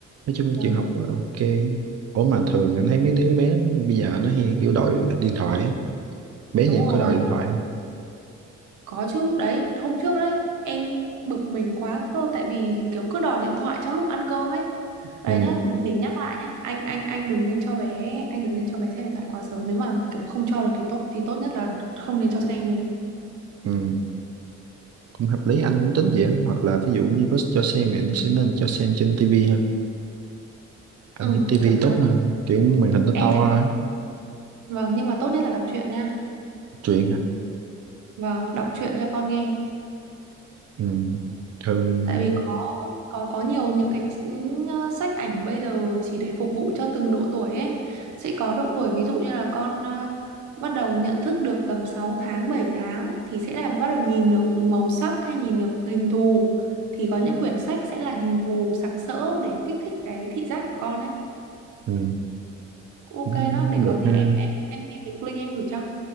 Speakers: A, on the right; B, on the right.
A: Nói chung
B: vâng
A: chịu học là ok. Ủa mà thường anh thấy mấy đứa bé bây giờ nó hay kiểu đòi điện thoại á. Bé
B: đúng
A: nhà em
B: rồi
A: có đòi điện thoại không?
B: có chứ đấy hôm trước đấy em bực mình quá cơ tại vì kiểu cứ đòi điện thoại trong lúc ăn cơm ấy đấy
A: Ừ,
B: nhá để nhắc lại nhá anh anh anh đừng nên cho bé anh đừng nên cho bé xem điện thoại quá sớm nếu mà kiểu không cho được thì tốt thì tốt nhất là không nên cho xem luôn đấy
A: ừ, cũng hợp lý, anh cũng tính vậy á. Hoặc là ví dụ như có cho xem thì anh sẽ nên cho xem trên tivi hơn. Anh
B: ừ
A: nghĩ tivi
B: kiểu kiểu
A: tốt hơn, kiểu màn hình nó
B: em
A: to
B: thấy tốt
A: á,
B: vâng nhưng mà tốt nhất là đọc truyện nha
A: truyền hả?
B: vâng đọc truyện cho con nghe
A: Ừ, thường,
B: tại vì có có có nhiều những cái ừm, ờ, sách ảnh bây giờ chỉ để phục vụ cho từng độ tuổi ấy sẽ có độ tuổi ví dụ như là con ờ, bắt đầu nhận thức được tầm 6 tháng 7 tháng thì sẽ là bắt đầu nhìn được màu sắc hay nhìn được hình thù thì có những quyển sách sẽ là hình thù sặc sỡ để kích thích cái thị giác của con ấy
A: ừ,
B: cũng ok
A: cũng
B: lắm để có
A: được
B: gì
A: ha.
B: em em em tìm được link em gửi cho